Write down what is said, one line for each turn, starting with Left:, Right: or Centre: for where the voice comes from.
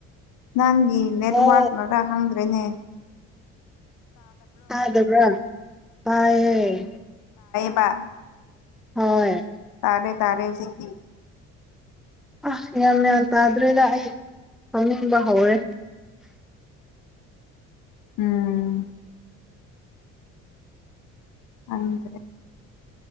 Left: ꯅꯪꯒꯤ
Centre: ꯍꯜꯂꯣ
Left: ꯅꯦꯠꯋꯥꯛ ꯉꯔ ꯍꯪꯗ꯭ꯔꯦꯅꯦ
Centre: ꯌꯥꯗꯕꯔꯥ ꯇꯥꯏꯌꯦ
Left: ꯕꯥ
Centre: ꯍꯣꯏ
Left: ꯇꯥꯔꯦ ꯇꯥꯔꯦ ꯍꯨꯛꯖꯤꯛꯇꯤ
Centre: ꯑꯁ ꯒ꯭ꯒ꯭ꯌꯥꯟ ꯇꯥꯗ꯭ꯔꯦꯗ ꯑꯩ ꯇꯨꯝꯅꯤꯡꯕ ꯍꯧꯔꯦ
Left: ꯎꯝ ꯑꯗꯨꯗ꯭ꯔꯦ